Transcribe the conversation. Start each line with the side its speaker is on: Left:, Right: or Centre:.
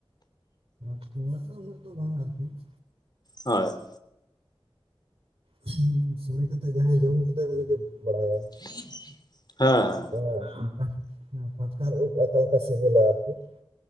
Right: ᱛᱩᱢᱟᱜ ᱫᱚ ᱩᱱᱟᱹᱜ ᱫᱚ ᱵᱟᱝ ᱟᱨᱠᱤ ᱾
Left: ᱦᱳᱭ,
Right: ᱦᱳᱭ ᱥᱳᱲᱮ ᱠᱟᱛᱮᱜ ᱡᱟᱦᱟᱸᱭ ᱡᱚᱢ ᱠᱟᱫᱟᱭ ᱩᱱᱤᱜᱮ ᱵᱟᱲᱟᱭᱟ ᱾
Left: <inaudible> ᱦᱮᱸ ᱦᱮᱸ
Right: <inaudible> ᱯᱟᱴᱠᱟᱨ ᱩᱫᱽ ᱚᱞᱮᱠᱟ ᱥᱤᱵᱤᱞᱟ ᱟᱨᱠᱤ ᱾